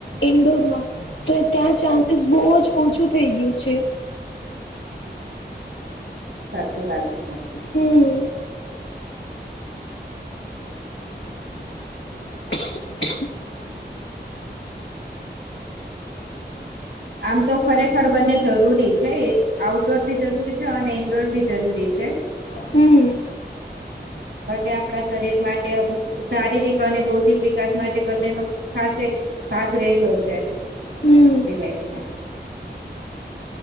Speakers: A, on the left; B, on the right.
A: ઇન્ડોરમાં તે ત્યાં ચાન્સીસ બઉ જ ઓછું થઈ ગયું છે.
B: સાચું વાત છે આ.
A: હમ્મ. <inaudible>
B: આમ તો ખરેખર બંને જરૂરી છે આઉટડોર બી જરૂરી છે અને ઇન્ડોર બી જરૂરી છે.
A: હમ્મ.
B: બંને આપડા શરીર માટે અમુક શારીરિક અને બૌદ્ધિક વિકાસ માટે બંનેનો ફાસ્ટ એક ભાગ રહેલો છે. આપડી
A: હમ
B: લાઈફમાં.